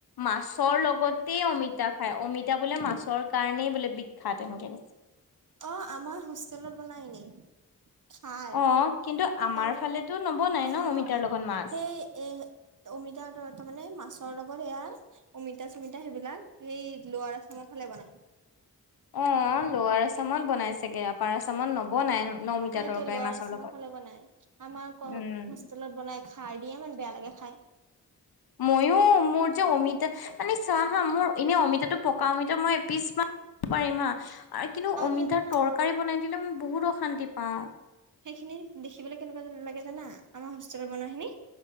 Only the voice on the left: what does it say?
মাছৰ লগতেই অমিতা খায় অমিতা বোলে মাছৰ কাৰণেই বোলে বিখ্যাত। সেনেকে কৈছে।
অ কিন্তু আমাৰ
ফালেতো নবনাই ন
অমিতাৰ লগত মাছ
অ লোৱাৰ আচমত বনাই চাগে আপাৰ আচমত নবনাই। অমিতা
তৰকাৰী
মাছৰ
লগত
উম
ময়ো মোৰ যে অমিতা মানে চ হা মোৰ এনে অমিতাটো পকা অমিতা মই পিছ ম পাৰিম হা। আৰু কিন্তু অমিতাৰ
তৰকাৰী বনাই দিলে মই বহুত অশান্তি পাওঁ।